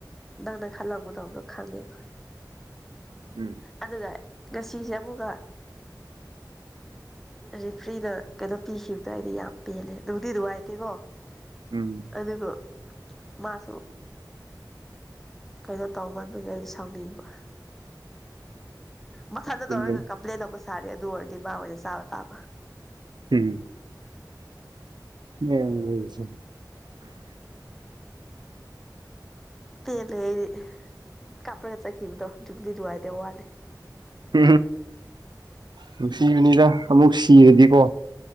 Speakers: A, in the centre; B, on the right.
A: ꯅꯪꯅ ꯈꯜꯂ ꯗꯎꯗꯣ ꯈꯪꯉꯦꯕ
B: ꯎꯝ
A: ꯑꯗꯨꯗ ꯉꯁꯤꯁꯦ ꯑꯃꯨꯛꯀ ꯔꯤꯐ꯭ꯔꯤꯅ ꯀꯩꯅꯣ ꯄꯤꯈꯤꯕꯗꯣꯋꯥꯗꯤ ꯌꯥꯝ ꯄꯦꯜꯂꯦ ꯑꯗꯨꯕꯨꯗꯤ ꯅꯨꯡꯏꯦ ꯀꯣ
B: ꯎꯝ
A: ꯑꯗꯨꯒ ꯃꯥꯁꯨ ꯀꯩꯅꯣ ꯇꯧ ꯃꯟꯕꯒꯤ ꯑꯩ ꯁꯥꯎꯅꯤꯡꯕ ꯃꯊꯟꯗ
B: ꯆꯨꯝꯕꯅꯤ
A: ꯇꯧꯔꯒ ꯀꯝꯄ꯭ꯂꯦꯟ ꯂꯧꯕ ꯁꯥꯔꯦ ꯑꯗꯨ ꯑꯣꯏꯔꯗꯤ ꯃꯥꯕꯥ ꯍꯣꯏꯁ ꯆꯥꯕ ꯇꯥꯕ
B: ꯎꯝ ꯎꯝ
A: ꯄ ꯂꯩꯗꯤ ꯀꯥꯔ ꯀꯩ ꯆ ꯈꯈꯤꯕꯝꯗꯣ ꯕꯂꯤ ꯋꯥꯥꯏꯗ ꯋꯥꯅꯦ
B: ꯎ ꯅꯨꯡꯁꯤꯕꯅꯤꯗ ꯑꯃꯨꯛ ꯁꯤꯔꯗꯤꯀꯣ